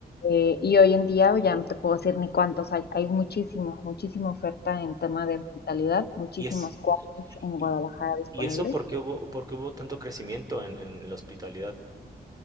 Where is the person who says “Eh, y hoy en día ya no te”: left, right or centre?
Left